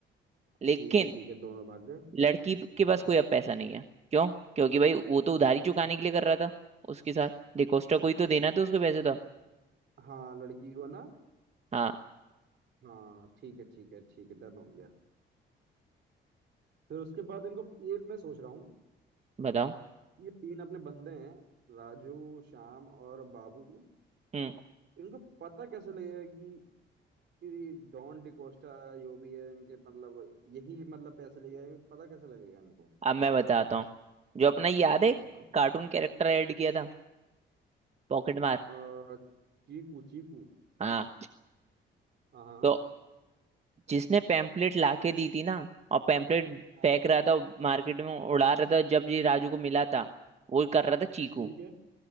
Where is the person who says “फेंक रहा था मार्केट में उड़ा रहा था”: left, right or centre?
Right